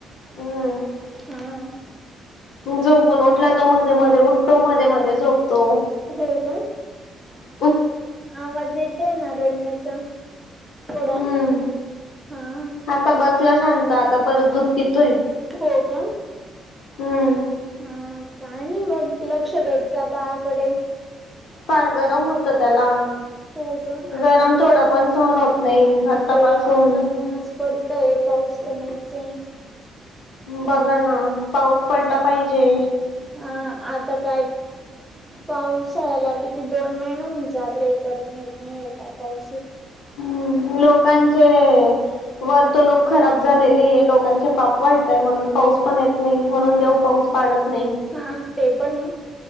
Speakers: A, on the left; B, in the centre.
A: हम्म
B: हा
A: झोपून उठला तो मध्ये मध्ये उठतो मध्ये मध्ये झोपतो
B: हो का
A: ह <unintelligible>
B: आवाज येतोय ना रडण्याचा थोडा
A: हम्म.
B: हा
A: आता बसला शांत आता परत दूध पितोय
B: हो का
A: हम्म
B: हा काय नाही मग लक्ष द्यायचं बाळाकडे
A: फार गरम होत त्याला
B: हो का
A: गरम
B: आता
A: थोड पण सहन होत नाही आतापासून
B: हो आता ऊनच पडतय पाऊ तर नाहीच ये
A: बघा ना पाऊस पडला पाहिजे
B: हा आता काय पावसाळ्याला किती दोन महिने होऊन चालले तरी नीट नाहीये काय पावसील
A: हम्म लोकांचे वर्तणूक खराब झालेली आहे लोकांचे पाप वाटतंय म्हणून पाऊस पण येत नाही म्हणून देऊ पाऊस पाडत नई
B: हा ते पण आहे